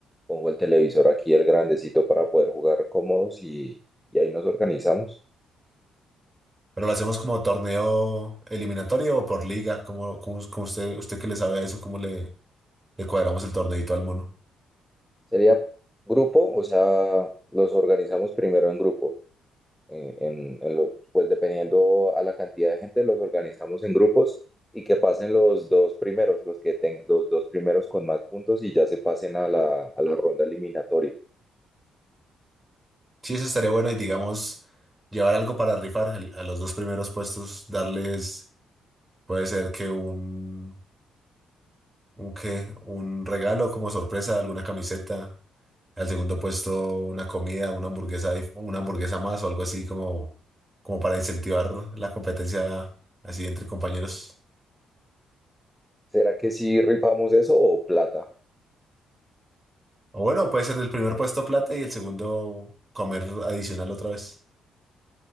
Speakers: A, in the centre; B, on the right.
A: pongo el televisor aquí, el grandecito para poder jugar cómodos y, y ahí nos organizamos.
B: ¿Pero lo hacemos como torneo eliminatorio o por liga? ¿Cómo, cómo, cómo usted, usted que le sabe a eso, cómo le, le cuadramos el torneito al mono?
A: Sería grupo, o sea, los organizamos primero en grupo. En, en- en lo- pues dependiendo a la cantidad de gente, los organizamos en grupos y que pasen los dos primeros, los que tengan los dos primeros con más puntos y ya se pasen a la, a la ronda eliminatoria.
B: Sí, eso estaría bueno y digamos, llevar algo para rifar al- a los dos primeros puestos, darles, puede ser que un, un qué, un regalo como sorpresa, alguna camiseta, al segundo puesto una comida, una hamburguesa, dif- una hamburguesa más o algo así como, como para incentivar la competencia así entre compañeros.
A: ¿Será que sí rifamos eso o plata?
B: O bueno, puede ser el primer puesto plata y el segundo comer adicional otra vez.